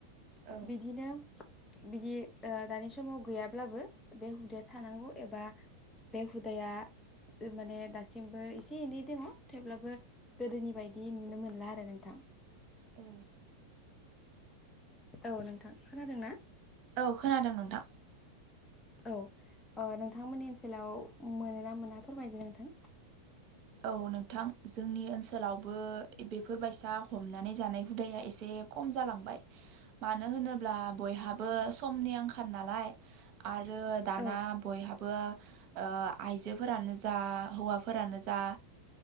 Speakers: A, on the right; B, on the left.
A: औ
B: बिदिनो बिदि दानि समाव गैयाब्लाबो बे हुदाया थानांगौ एबा बे हुदाया माने दासिमबो एसे एनै दङ थेवब्लाबो गोदोनि बायदि नुनो मोनला आरो नोंथां।
A: औ
B: औ नोंथां खोनादों ना?
A: औ खोनादों नोंथां
B: औ नोंथांमोननि ओनसोलाव मोनो ना मोना फोरमायदो नोंथां
A: औ नोंथां जोंनि ओनसोलावबो बेफोरबायायसा हमनानै जानाय हुदाया एसे खम जालांबाय मानो होनोब्ला बयहाबो समनि आंखाल नालाय आरो दाना
B: औ
A: बयहाबो बो ओ आइजोफोरानो जा हौवाफोरानो जा